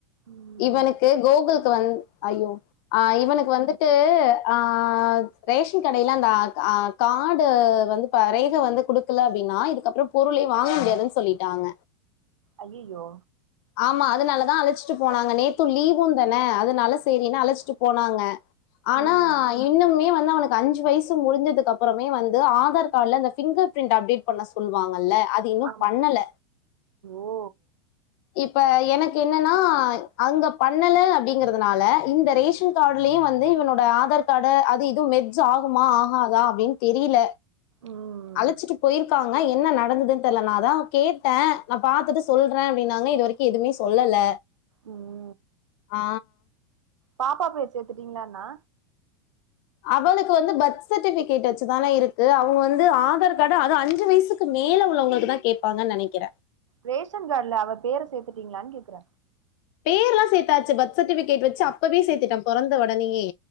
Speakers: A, on the right; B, on the left.
A: ம்
B: இவனுக்கு கோகுல்கு வந் ஐயோ ஆ இவனுக்கு வந்து து அ ரேஷின் கடைல அந்த ஆ ஆ கார்டு வந்து தரையில வந்து குடுக்கல அப்படின்னா இதுக்கப்றோ பொருளே வாங்க முடியாதுன்னு சொல்லிட்டாங்க
A: அய்யய்யோ
B: ஆமா அதனாலதா அழச்சிட்டு போனாங்க நேத்து லீவுந்தனே அதுனால சேரின்னு அழச்சிட்டு போனாங்க ஆனா
A: ம்
B: இன்னுமே வந்து அவனுக்கு அஞ்சு வயசு முடிஞ்சதுக்கப்புறமே வந் இது ஆதார் கார்ட்ல அந்த பிங்கர் பிரண்ட் அப்டேட் பண்ண சொல்லுவாங்கல்ல அது இன்னும்
A: ஆம்
B: பண்ணல
A: ஓ
B: இப்ப எனக்கு என்னனா அங்க பண்ணல அப்டிங்கிறதுனால இந்த ரேஷன் கார்டுலியு வந்து இவனோட ஆதார் கார்ட அது இது மெஜ் ஆகுமா ஆகாதா அப்டின் தெரியில
A: ம்
B: அழச்சிட்டு போயிர்க்காங் ஆனா என்ன நடந்ததுன்னு தெர்ல நா தா கேட்டே நா பாத்துட்டு சொல்றே அப்டின்னாங்க இது வரைக்கும் எதுமே சொல்லல
A: உம்
B: ஆ
A: பாப்பா பேர் சேத்துட்டீங்கன்னா
B: அவளுக்கு வந்து பர்த் சர்டிபிகேட் வச்சுதானே இருக்கு அவுங்க வந்து ஆதார் கார்ட்டு அதும் அஞ்சு வயசுக்கு கு மேல உள்ளவுங்ளுக்கு தா கேப்பாங்கன் நெனைக்கிற
A: ரேஷன் கார்ட்ல அவ பேர சேத்துட்டீங்ளான் கேக்ற
B: பேர்லா சேத்தாச்சு பர்த் சர்டிபிகேட் வச்சு அப்பவே சேத்திட்டே பொறந்த உடனியே